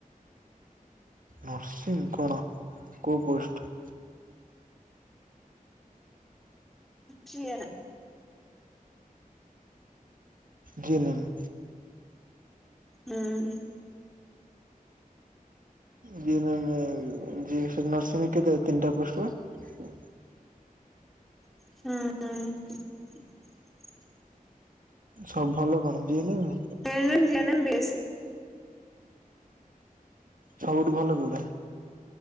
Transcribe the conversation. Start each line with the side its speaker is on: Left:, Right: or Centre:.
Right: ନର୍ସିଙ୍ଗ କଣ କୋଉ ପୋଷ୍ଟ?
Centre: ଯିଏନା
Right: ଜିନିମ
Centre: ହୁଁ।
Right: ଜେ ନେମ ଜି ଏ ନର୍ସିଙ୍ଗ କେତେ ତିନିଟା ପୋଷ୍ଟ ବା?
Centre: ହୁଁ।
Right: ସବୁ ଭଲ କଣ ଯି ଏ ନେ M?
Centre: A N M G N M best.
Right: ସବୁଠୁ ଭଲ କୋଉଟା?